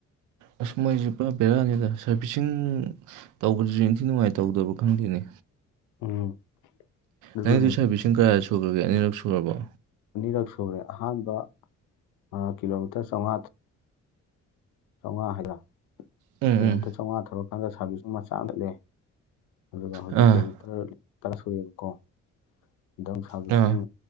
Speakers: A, on the right; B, on the left.
A: ꯑꯁ ꯃꯣꯏꯖꯦ ꯄꯨꯔꯥ ꯕꯦꯔꯥꯅꯤꯗ ꯁꯥꯔꯕꯤꯁꯤꯡ ꯇꯧꯕꯗꯨꯖꯨ ꯏꯟꯊꯤ ꯅꯨꯡꯉꯥꯏ ꯇꯧꯗꯕ꯭ꯔꯥ ꯈꯪꯗꯦꯅꯦ
B: ꯎꯝ ꯑꯗꯨꯅꯤ
A: ꯅꯪꯖꯨ ꯁꯥꯔꯚꯤꯁꯁꯤꯡ ꯀꯌꯥꯔ ꯁꯨꯒ꯭ꯔꯒꯦ ꯑꯅꯤꯔꯛ ꯁꯨꯔꯕꯣ
B: ꯑꯅꯤꯔꯛ ꯁꯨꯔꯦ ꯑꯍꯥꯟꯕ ꯑꯥ ꯀꯤꯂꯣꯃꯤꯇꯔ ꯆꯧꯉꯥ ꯆꯧꯉꯥ ꯍꯥꯏꯗ꯭ꯔ
A: ꯎꯝ
B: ꯀꯤꯂꯣꯃꯤꯇꯔ
A: ꯎꯝ
B: ꯆꯧꯉꯥ ꯊꯧꯔꯀꯥꯟꯗ ꯁꯥꯔꯚꯤꯁꯁꯤꯡ ꯃꯆꯥꯗ ꯂꯩ ꯑꯗꯨꯒ ꯍꯧꯖꯤꯛꯀꯤ
A: ꯑꯥ
B: ꯑꯃꯨꯛ <unintelligible> ꯇꯔꯥ ꯁꯨꯔꯦꯕꯀꯣ <unintelligible> ꯁꯥꯔꯕꯤꯁꯁꯤꯡ
A: ꯑꯥ